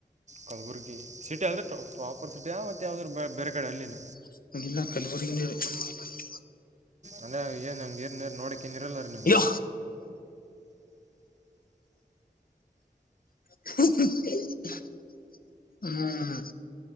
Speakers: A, on the right (about 45°); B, on the left (about 60°).
A: ಕಲಬುರ್ಗಿ ಸಿಟಿ ಅಲ್ ಪ್ರಾಪರ್ ಸಿಟಿಯಾ ಮತ್ತೆ ಯಾವ್ದ್ರರು ಬೇರೆ ಕಡೆ ಅಲ್ಲಿನ
B: <unintelligible>
A: ಅದೇ ಏನ್ಂಗ ಗಿರ್ ನೀರ್ ನೋಡಕ್ ಕೆನ್ನಿರಿಲ್ಲರಿ ನಿಮ್ಗ
B: ಅಯ್ಯೋ <unintelligible> ಹ್ಮ್